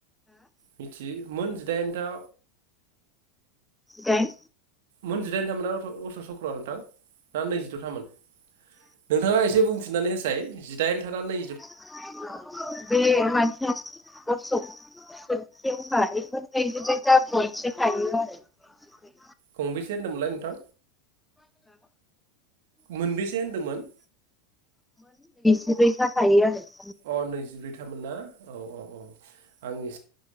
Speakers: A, on the right; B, in the centre.
A: मिथि। मोन जिदाइनथा।
B: जिदायेन।
A: मोनजिदाइन थामोना अस्क सक्र'आ नोंथां। ना नैजिद'थामोन नोंथाङा एसे बुंफिननानै होसाय जि दाइन था ना नै
B: <inaudible> <unintelligible>
A: गं बैसे होन्दों मोनलाय नोंथां मोनबेसे होन्दोंमोन।
B: गुबै जाखायोआरो
A: अ नैजिब्रैथामोन ना औ औ। अ आंनि